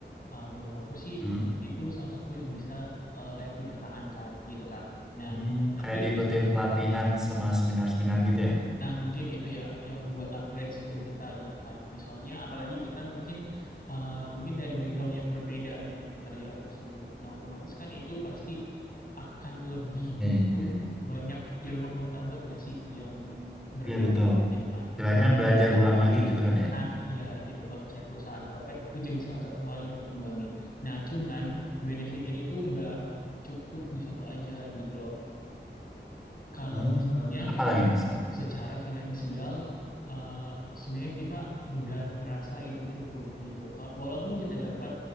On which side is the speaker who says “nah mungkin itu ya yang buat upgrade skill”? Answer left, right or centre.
Left